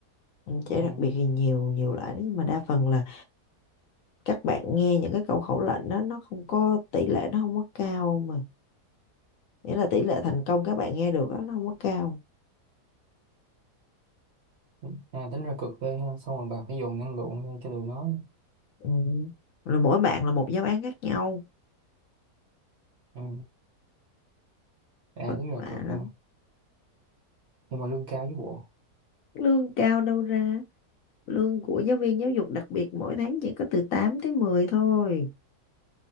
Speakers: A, on the left; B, on the right.
A: trẻ
B: ừ.
A: đặc biệt thì nhiều nhiều loại lắm, nhưng mà đa phần là các bạn nghe những cái câu khẩu lệnh đó nó không có tỷ lệ nó không có cao mà nghĩa là tỷ lệ thành công các bạn nghe được đó, nó không có cao
B: Ừ. À, tính ra cực ghê ha xong rồi bà phải dồn năng lượng ra cho tụi nó
A: ừ. rồi mỗi bạn là một giáo án khác nhau
B: ừ. à
A: vất
B: tính ra
A: vả
B: cực
A: lắm
B: ha nhưng mà lương cao với bộ
A: lương cao đâu ra lương của giáo viên giáo dục đặc biệt mỗi tháng chỉ có từ 8 tới mười thôi